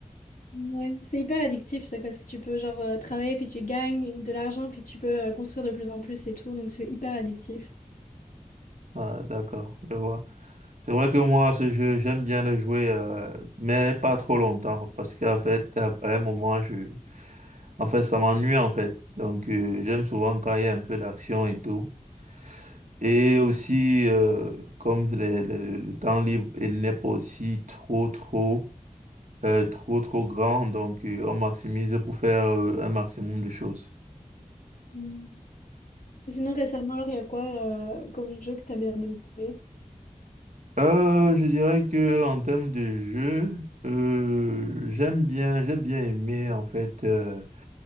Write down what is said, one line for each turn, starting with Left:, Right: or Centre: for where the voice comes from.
Left: Ouais. C'est hyper addictif ça, parce que tu peux genre euh, travailler, puis tu gagnes de l'argent, puis tu peux euh, construire de plus en plus et tout. Donc c'est hyper addictif.
Right: Ah, d'accord, je vois. C'est vrai que moi, ce jeu, j'aime bien le jouer, euh, mais pas trop longtemps, parce qu'en fait, à à un moment, je, en fait, ça m'ennuie en fait. Donc, euh, j'aime souvent quand il y a un peu d'action et tout. Et aussi, euh, comme les- les- le temps libre il n'est pas aussi trop, trop. euh, trop trop grand, donc euh, on maximise pour faire euh, un maximum de choses.
Left: Mm. Sinon, récemment, alors, il y a quoi euh, comme jeu que t'as bien aimé?
Right: Euh, je dirais que en termes de jeu, euh, j'aime bien, j'ai bien aimé en fait euh,